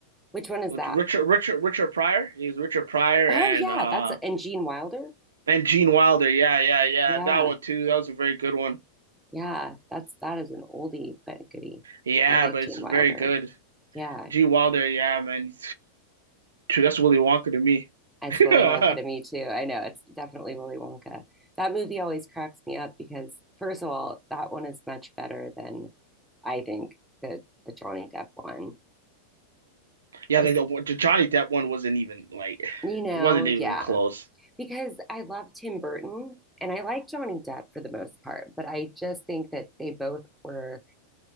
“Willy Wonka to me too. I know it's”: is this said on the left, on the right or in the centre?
Centre